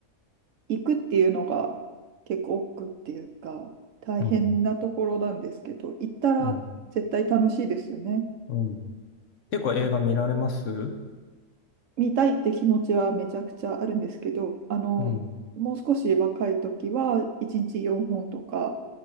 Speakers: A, on the right (about 65°); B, on the left (about 60°).
A: 行くっていうのが結構億劫っていうか、大変なところなんですけど、
B: うん、
A: 行ったら絶対楽しいですよね。
B: うん、うん。結構映画見られます
A: 見たいって気持ちはめちゃくちゃあるんですけど、あの、
B: うん。
A: もう少し若い時は1日4本とか、